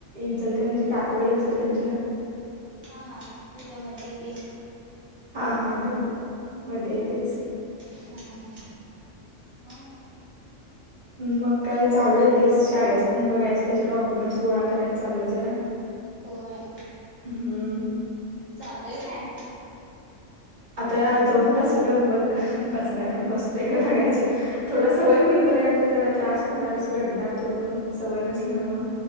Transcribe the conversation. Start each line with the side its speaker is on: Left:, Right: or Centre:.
Right: इंचलकरंजीत, टाकोडे, इंचलकरंजीला.
Left: हा-हा, तिथं मधे आहे ते.
Right: हा-हा, ते मधे आहे तेच.
Left: हा, हा, मं?
Right: मग काय, चालू आहे तेच, शाळेचं पण बघायचं त्याच्या, डॉक्युमेंट्स गोळा करायचं चालू आहे जरा.
Left: होय?
Right: हम्म!
Left: जातोय काय?
Right: आता जाऊन बसल्यावर, मग बसणार-बसतोय काय बघायचं. थोडं सवय होईपर्यंत जरा त्रास होणारच, रडणार तो पण सवय नसल्यामुळं.